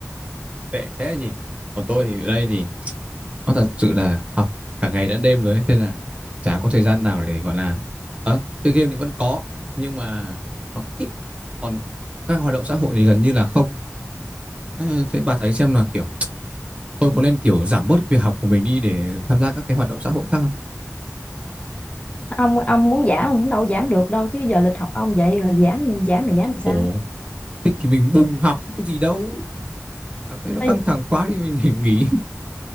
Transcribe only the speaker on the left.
ông ông muốn giảm ông cũng đâu giảm được đâu chứ giờ lịch học ông vậy rồi giảm giảm là giảm làm sao
Ê,